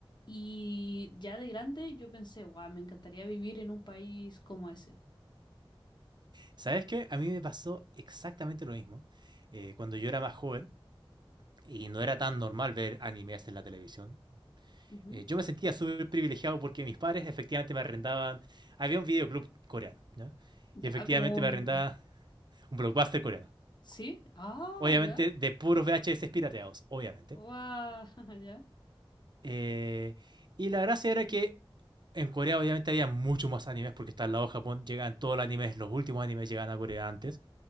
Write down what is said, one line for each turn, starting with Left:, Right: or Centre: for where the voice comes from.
Left: Y ya de grande yo pensé, guau, me encantaría vivir en un país como ese.
Right: ¿Sabes qué? A mí me pasó exactamente lo mismo. eh, cuando yo era más joven y no era tan normal ver animes en la televisión,
Left: Ujú.
Right: eh, yo me sentía súper privilegiado porque mis padres efectivamente me arrendaban, había un videoclub coreano, ¿ya?
Left: Ya,
Right: Y efectivamente
Left: como un...
Right: me arrendaba un blockbuster coreano.
Left: ¿Sí? Ah,
Right: Obviamente
Left: ya.
Right: de puros VHS pirateados, obviamente.
Left: Guau, <laughs> ya.
Right: Eh, y la gracia era que en Corea obviamente había mucho más animes porque está al lado de Japón, llegaban todos los animes, los últimos animes llegaban a Corea antes.